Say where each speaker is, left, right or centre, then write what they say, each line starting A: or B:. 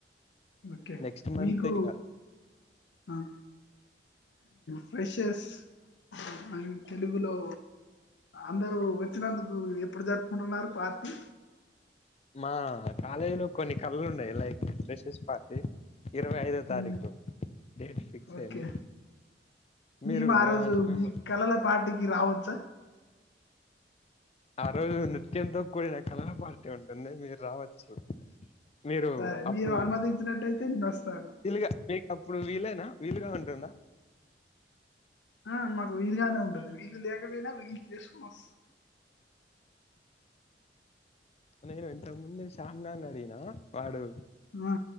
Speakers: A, on the left; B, on the left.
A: ఓకే
B: నెక్స్ట్ మంత్
A: మీకు
B: ఇక
A: హ ఆ ఫ్రెషస్ ఆయన తెలుగులో అందరుూ వచ్చినందుకు ఎప్పుడు జరుపుకుంటున్నారు పార్టీ
B: మా కాలేజీలో కొన్ని కళ్లు ఉన్నాయి లైక్ ఫ్రెషెస్ పార్టీ ఇరవై ఐదో తారీఖు
A: మ్మ్.
B: డేట్ ఫిక్స్
A: ఓకే
B: అయింది మీరు
A: మేము ఆ రోజు
B: ఏమన్నా
A: మీ కళల పాటికి రావచ్చా
B: ఆ రోజు నృత్యంతో కూడిన కళా పార్టీ ఉంటుంది మీరు రావచ్చు మీరు
A: సరే
B: అప్పుడు
A: మీరు అనుమతించినట్టయితే నేను వస్తాను
B: వీలుగా మీక అప్పుడు వీలనా వీలుగా ఉంటుందా
A: ఆ మాకు వీలుగానే ఉంటది వీళ్లు లేకపోయినా వీళ్లుు చేసుకోని వస్తా
B: నేను ఇంతకు ముందే శ్యామ్ గడిని అడిగిన వాడు
A: ఆ